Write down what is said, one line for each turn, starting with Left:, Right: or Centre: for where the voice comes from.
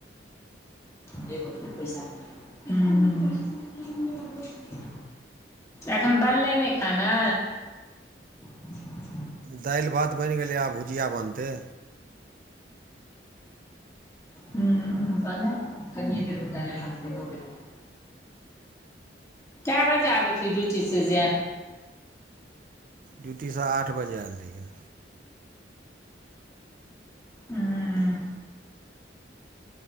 Left: जे कोइ पैसा क लेल-ऊं-भौजी यै। अखैन बनलै नै खाना? <unintelligible>
Right: दैल-भात बैन गेलै, आब भुजिया बनतै।
Left: हूं बनाउ त, कनी देर में दाल-भात बैनो गेलै। के बजे आबै छी ड्यूटी से जे
Right: ड्यूटी से आठ बजे एल रहियै।
Left: ऊंह